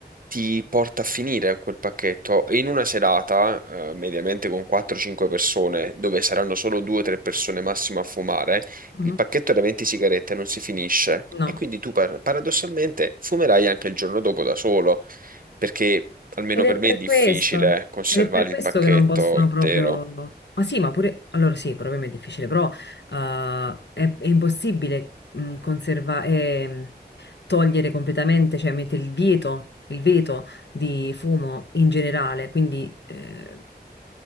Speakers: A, on the right; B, on the left.
A: ti porta a finire quel pacchetto e in una serata, eh, mediamente con 4-5 persone, dove saranno solo 2-3 persone massimo a fumare,
B: mhm.
A: il pacchetto da 20 sigarette non si finisce
B: No.
A: e quindi tu par- paradossalmente fumerai anche il giorno dopo da solo, perché almeno
B: Ed è
A: per
B: per
A: me è difficile
B: questo,
A: conservare
B: ed è per questo
A: il pacchetto
B: che non possono
A: intero.
B: proprio... Ma sì, ma pure... Allora sì, probabilmente è difficile, però eh, è, è impossibile conservare, togliere completamente, cioè mettere il vieto, il veto di fumo in generale, quindi eh,